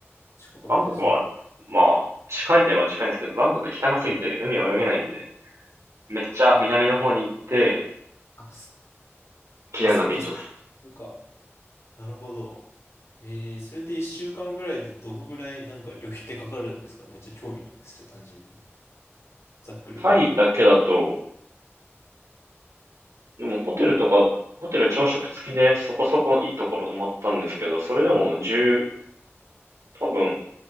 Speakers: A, on the left; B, on the right.
A: 近かったりするの
B: バンコクは、まあ、近いといえば近いんですけど、バンコク汚すぎて海泳げないんで、めっちゃ南の方に行って、
A: あ、あ、そ、
B: 綺麗なビーチです。
A: あ、そっか、そっか。なるほど。えー、それで一週間ぐらいでどのぐらいなんか旅費ってかかるんですかめっちゃ興味なんですよ、単純に。ざっくりでも。
B: タイだけだと、でもホテルとか、ホテル朝食付きでそこそこいいところ泊まったんですけど、それでも10、多分、